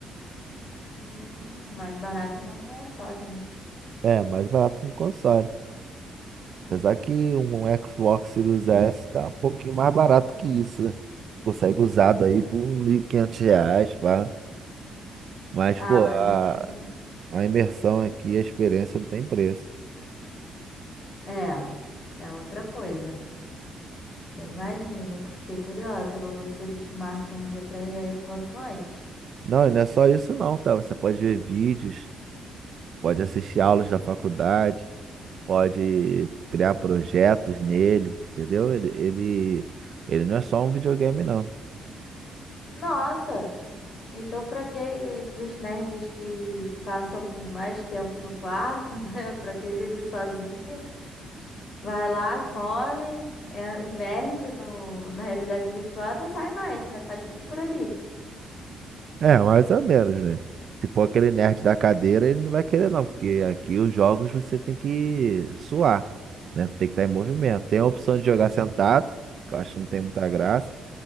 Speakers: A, on the left; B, on the right.
A: Hum, mais barato que um console, né?
B: É, mais barato que um console. Apesar que um Xbox Series S tá um pouquinho mais barato que isso, né? Tu consegue usado aí por um 1.500 reais, pá. Mas,
A: Ah,
B: pô,
A: mas
B: a,
A: eu digo.
B: a imersão aqui, a experiência não tem preço.
A: É, é outra coisa. Eu imagino, tu fiquei curiosa. Vou ver se a gente marca um dia pra ir aí o quanto antes.
B: Não, e não é só isso não, tá? Você pode ver vídeos, pode assistir aulas da faculdade, pode criar projetos nele, entendeu? Ele, ele, ele não é só um videogame, não.
A: Nossa! Então, pra quem, pros nerds que passam mais tempo no quarto, né? <laughs> Pra quem vive sozinho. Vai lá, come, é, imerge no, na realidade virtual, não sai mais, né? Faz tudo por ali.
B: É, mais ou menos, né? Se for aquele nerd da cadeira, ele não vai querer não, porque aqui os jogos você tem que suar, né? Tem que estar em movimento. Tem a opção de jogar sentado, que eu acho que não tem muita graça,